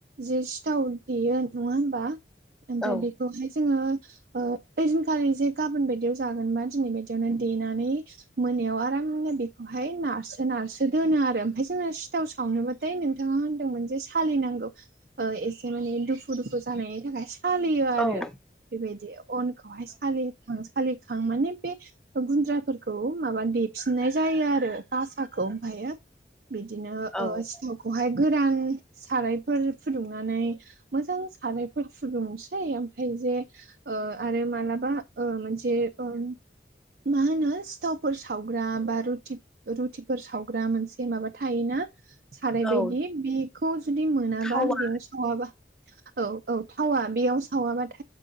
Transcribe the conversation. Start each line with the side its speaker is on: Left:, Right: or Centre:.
Right: जे सिथाव देयो नङा होमबा? ओमफ्राय
Centre: औ
Right: बेखौहाय जोङो ओ ओइदिनखालि जे गाबोन बायदियाव जागोनबा दिनै बदियावनो देनानै मोनायाव आरामनो बेखौहाय नारसो नारसो दोनो आरो ओमफाय जोङो सिथाव सावनोबाथाय नोंथाङा होनदोंमोन जे सालिनांगौ ओ एसे माने दुखु दुखु जानायनि थाखाय सालियो आरो
Centre: औ
Right: बेबायदियाव। अनखौहाय सालि खां सालिखां माने बे गुन्द्राफोरखौ माबा देफिननाय जायो आरो। बासाखौ ओमफायो बिदिनो
Centre: औ
Right: ओ सिथाव खौहाय गोरान सारायफोर फुदुंनानै मोजां सारायफोर फुदुंनोसै ओमफाय जे ओ आरो मालाबा ओ मोनसे ओ मा होनो सिथावफोर सावग्रा बा रुटि रुटिफोर सावग्रा मोनसे माबा थायोना सारायबायदि
Centre: औ
Right: बिखौ जुदि मोनाबा
Centre: थावा
Right: बेयाव सावाबा औ औ थावा बेयाव सावाबा था